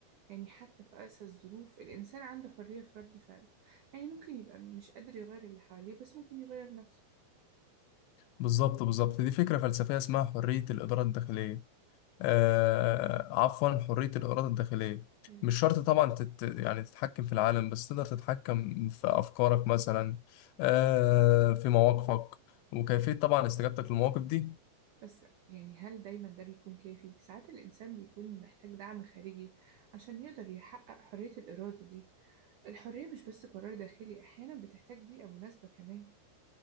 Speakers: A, on the right; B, on the left.
A: يعني حتى في أقسى الظروف الإنسان عنده حرية في رد فعله يعني ممكن يبقى مش قادر يغير اللي حواليه بس ممكن يغير نفسه
B: بالظبط بالظبط دي فكرة فلسفية اسمها حرية الإدارة الداخلية آه، عفوا حرية الإرادة الداخلية
A: يعني.
B: مش شرط طبعا تت يعني تتحكم في العالم بس تقدر تتحكم في أفكارك مثلا آه، في مواقفك وكيفية طبعا استجابتك للمواقف دي
A: بس يعني هل دايما ده بيكون كافي؟ ساعات الإنسان بيكون محتاج دعم خارجي عشان يقدر يحقق حرية الإرادة دي الحرية مش بس قرار داخلي أحيانا بتحتاج بيئة مناسبة كمان